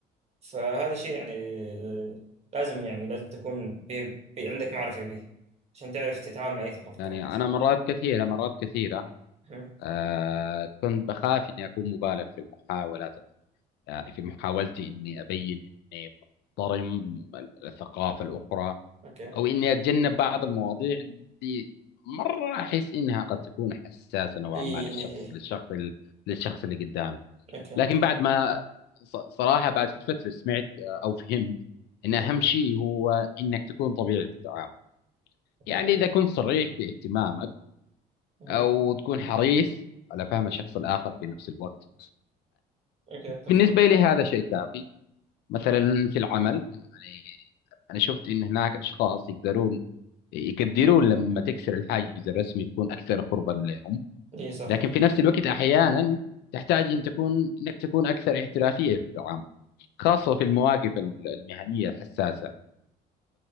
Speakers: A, on the right; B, on the left.
A: فهذا شيء يعني آه، لازم يعني لازم تكون بي بي عندك معرفة به عشان تعرف تتعامل مع أي ثقافة
B: يعني
A: كانت
B: انا مرات كثيره مرات كثيره
A: أها.
B: آه كنت بخاف إني أكون مبالغ في المحاولات يعني في محاولتي إني أبين إني محترم الثقافة الأخرى
A: أوكي إيه
B: أو إني أتجنب بعض المواضيع اللي مرة أحس إنها قد تكون حساسة نوعا
A: إيه
B: ما للشخص
A: إيه
B: للشخص للشخص اللي قدامي
A: أوكي
B: لكن بعد ما ص- صراحة بعد فترة سمعت آه، أو فهمت إن
A: أها.
B: أهم شيء هو إنك تكون طبيعي في التعامل يعني
A: أها.
B: إذا كنت صريح في اهتمامك
A: أها.
B: أو تكون حريص على فهم الشخص الآخر في نفس الوقت
A: أوكي أتفق
B: بالنسبة لي هذا شيء كافي مثلا في العمل يعني أنا شفت إن هناك أشخاص يقدرون يقدرون لما تكسر الحاجز الرسمي تكون أكثر قربا لهم
A: إيه صح
B: لكن في نفس الوقت أحيانا تحتاج إن تكون إنك تكون أكثر احترافية في التعامل خاصة في المواقف ال- المهنية الحساسة